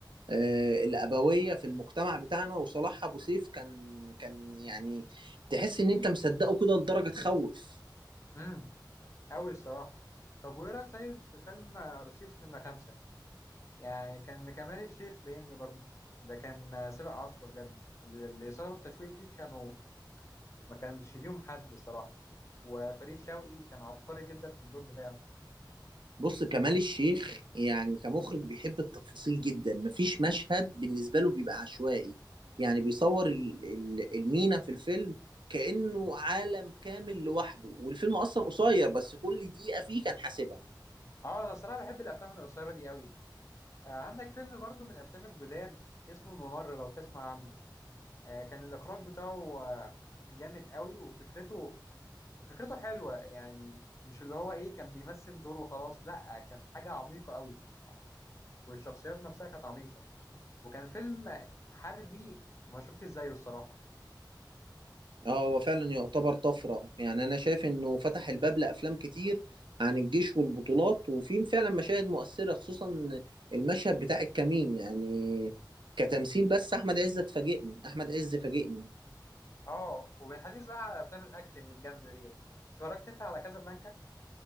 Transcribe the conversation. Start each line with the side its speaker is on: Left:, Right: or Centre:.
Right: آه، الابويه في المجتمع بتاعنا وصلاح ابو سيف كان كان يعني تحس ان انت مصدقه كده لدرجه تخوف
Left: امم أوي الصراحة طب وإيه رأيك طيب في فيلم آه، رصيف نمرة خمسة يعني كان لكمال الشيخ باين لي برضه ده كان آه، سابق عصره بجد ال- الإثارة والتشويق فيه كانوا ما كانش ليهم حد صراحة وفريد شوقي كان عبقري جدا في الدور بتاعه
Right: بص كمال الشيخ يعني كمخرج بيحب التفاصيل جدا مفيش مشهد بالنسبة له بيبقى عشوائي يعني بيصور ال- ال- المينا في الفيلم كأنه عالم كامل لوحده والفيلم أصلا قصير بس كل دقيقة فيه كان حاسبها
Left: اه انا صراحة بحب الافلام القصيرة دي قوي آه عندك فيلم برضو من الافلام الجداد اسمه الممر لو تسمع عنه آه كان الاخراج بتاعه آه جامد قوي وفكرته وفكرته حلوة يعني مش اللي هو ايه كان بيمثل دور وخلاص لا كان حاجة عميقة قوي والشخصيات نفسها كانت عميقة وكان فيلم حربي ما شفتش زيه الصراحة
Right: اه هو فعلا يعتبر طفرة يعني أنا شايف إنه فتح الباب لأفلام كتير عن الجيش والبطولات وفي فعلا مشاهد مؤثرة خصوصا المشهد بتاع الكمين يعني كتمثيل بس أحمد عز اتفاجئني أحمد عز فاجئني
Left: اه وبالحديث بقى على افلام الاكشن الجامدة ديت اتفرجت انت على كازابلانكا